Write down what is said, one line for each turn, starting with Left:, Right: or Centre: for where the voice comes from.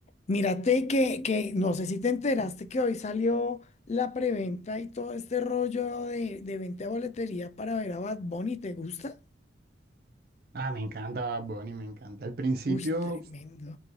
Left: Mírate que, que no sé si te enteraste que hoy salió la preventa y todo este rollo de, de venta de boletería para ver a Bad Bunny. ¿Te gusta?
Right: Ah, me encanta Bad Bunny, me encanta. Al principio,
Left: Uy, tremendo.